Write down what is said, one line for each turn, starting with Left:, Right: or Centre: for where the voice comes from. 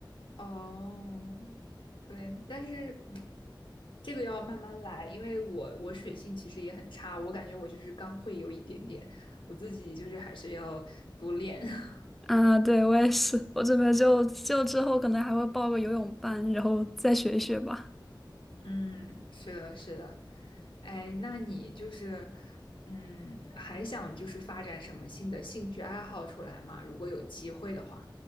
Left: 哦，对，但是嗯这个要慢慢来，因为我我水性其实也很差，我感觉我就是刚会有一点点，我自己就是还是要多练。<laughs>
Centre: 啊。对，我也是，我准备就就之后可能还会报个游泳班，然后再学一学吧。
Left: 嗯，是的，是的。哎，那你就是嗯，还想就是发展什么新的兴趣爱好出来吗？如果有机会的话。